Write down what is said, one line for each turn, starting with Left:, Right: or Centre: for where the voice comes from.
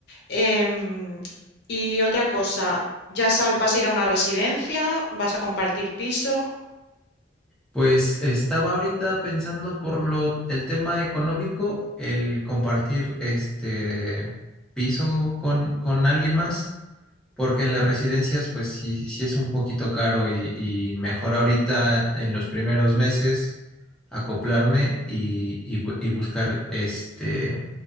Left: Em, y otra cosa, ¿ya sab- vas a ir a una residencia? ¿Vas a compartir piso?
Centre: Pues estaba ahorita pensando por lo el tema económico, el compartir este piso con, con alguien más. Porque en las residencias, pues sí, sí es un poquito caro y, y mejor ahorita en los primeros meses acoplarme y, y bu- y buscar este